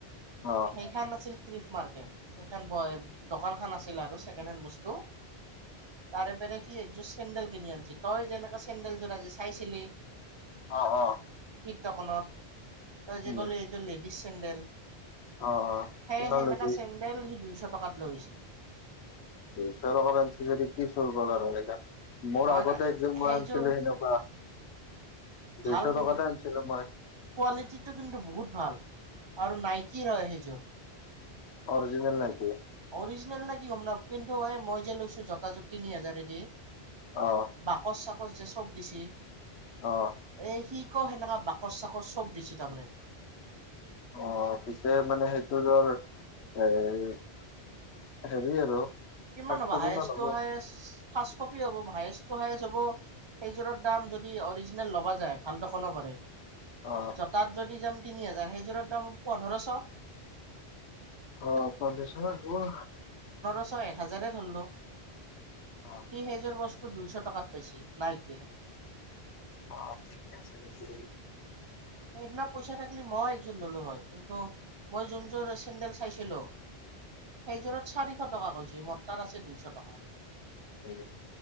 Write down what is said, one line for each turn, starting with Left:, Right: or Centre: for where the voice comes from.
Left: অ',
Right: সেই খান নছিল ত্ৰিফ মাৰ্কেট সেইখন দকান খন আছিল আৰু ছেকেণ্ড হেণ্ড বস্তু তাৰে পেৰে কি একযোৰ চেণ্ন্দেল কিনি আনিছি তই যেনেকাে চেণ্ন্দেলযোৰ আজি চাইছিলি
Left: অ', অ',
Right: সিদ্ধ খনত তই
Left: উম,
Right: যে কলি এইযোৰ লেডিজ চেণ্ডেল
Left: অ', অ',
Right: সে
Left: কিমান
Right: সেমেকাটা
Left: লৈছে?
Right: চেণ্ন্দেল সি দুইশ টকাত লৈছিল
Left: দুইশ টকা আঞ্চ যদি কি চুৰ বাৰ হয়য়া মোৰ
Right: নহয়
Left: আগতে
Right: নহয়
Left: একজন মই
Right: সেইযোৰ
Left: আনিছিলো সেনেকুৱা
Right: ভাল
Left: দুইশ
Right: কিন্তু
Left: টকাতে আনিছিলো মই
Right: কোৱালিটিটো কিন্তু বহুত ভাল। আৰু নাইকি হয় সেইযোৰ
Left: অৰিজনেল নাকি
Right: অৰিজিনেল নে কি হম ন কিন্তু এই মই যে লৈছো জোতা জুত তিনি হাজাৰদি
Left: অ',
Right: বাকচ চ কচ যে চব দিছে এ
Left: অ',
Right: শি আক সেনেককা বাকচ চাকচ চব দিছে তাৰমানে।
Left: অ', পিছে মানে সেইটো জৰ এ', হেৰি আৰু
Right: কিমান
Left: পাঁচ
Right: হ'ব
Left: কপি
Right: হায়েষ্ট
Left: মান হ'ব
Right: টো হায়ষ্ট ফাৰ্ষ কপি হ'ব হায়ষ্ট টু হায়ষ্ট হ'ব সেইযোৰৰ দাম যদি অৰিজিনেল ল'বা যায় ভাল দকনো পেৰে
Left: অ',
Right: জতাত যদি যাম তিনি হাজাৰ সেইযোৰৰ দাম পোন্ধৰশ
Left: অ ', পমেশৰ ক
Right: চয় এক হাজাৰে ধৰিলো কি
Left: অ',
Right: সেইযোৰ বস্তু টো দুইশ টকাত পাইছি নাই কিয়
Left: অ', ঠিকে আছে নিচি
Right: সেইদিনা পইচা থাকিলে মই একযোৰ ল'লোঁ হয় কিন্তু মই যোনযোৰ চেণ্ডেল চাইছিলোঁ সেইযোৰত চাৰিশ টকা কৈছ মটাৰ আছে দুইশ টকা।
Left: হয়',